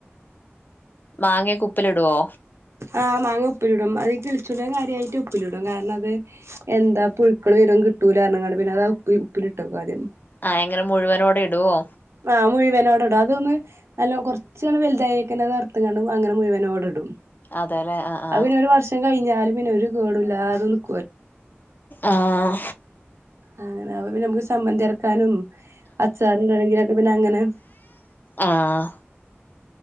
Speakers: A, on the left; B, on the right.
A: മാങ്ങയൊക്കെ ഉപ്പിൽ ഇടുവോ
B: ആഹ് മാങ്ങ ഉപ്പിലിടും അത് ഈ കിളിച്ചുണ്ടൻ കാര്യായിട്ട് ഉപ്പിലിടും കാരണം അത് എന്താ പുഴു ക്കൾ വരും കിട്ടൂലാർഞ്കാണ്ട് പിന്നെ അത് ഉപ്പിലിട്ടക്കും ആദ്യം
A: ആഹ എങ്ങനെ മുഴുവനോടെ ഇടുവോ
B: ആഹ് മുഴുവനോടെ ഇടും അതൊന്ന് നല്ല കുറച്ചട് വലുതായിക്കെന്നെ അത് അറത്ത്കാണ്ട് അങ്ങനെ മുഴുവനോടെ ഇടും
A: അതെ ലേ ആഹ ആഹ
B: അത് പിന്നെ ഒരു വർഷം കഴിഞ്ഞാലും പിന്നെ ഒരു കേടുംല്ലാതെ നിക്കും
A: ആഹ
B: അങ്ങനെ പിന്നെ നമുക്ക് ചമ്മന്തി അരക്കാനും അച്ചാറ്ടണെങ്കിലൊക്കെ പിന്നെ അങ്ങനെ
A: ആഹ